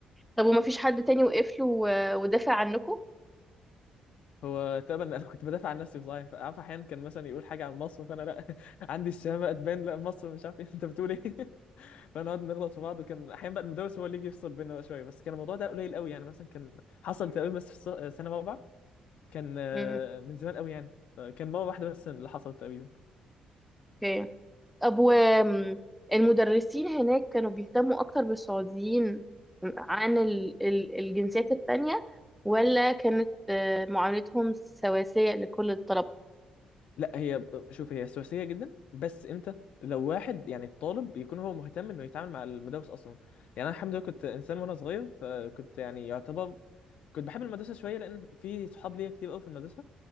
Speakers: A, in the centre; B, on the left.
A: طب وما فيش حد تاني وقف له و... ودافع عنكم
B: هو تقريبا انا كنت بدافع عن نفسي صحيح فعارف احيانا كان مثلا يقول حاجه عن مصر فانا لا <laughs> عندي الشهامه اتبان لا مصر مش عارف إيه، <laughs> انت بتقول ايه فنقعد نغلط في بعض وكان احيانا بقى المدرس هو اللي يجي يفصل بينا بقى شويه بس كان الموضوع ده قليل قوي يعني مثلا كان حصل تقريبا بس في الص- سنه رابعه كان آه،
A: امم
B: من زمان قوي يعني كان مره واحده بس اللي حصلت تقريبا
A: اوكي طب والمدرسين هناك كانوا بيهتموا أكتر بالسعوديين عن ال- ال- الجنسيات التانية ولا كانت آه، معاملتهم سواسية لكل الطلبة؟
B: لا هي شوف هي سواسيه جدا بس امتى لو واحد يعني الطالب بيكون هو مهتم انه يتعامل مع المدرس اصلا يعني انا الحمد لله كنت انسان وانا صغير فكنت يعني يعتبر كنت بحب المدرسه شويه لان في صحاب ليا كتير قوي في المدرسه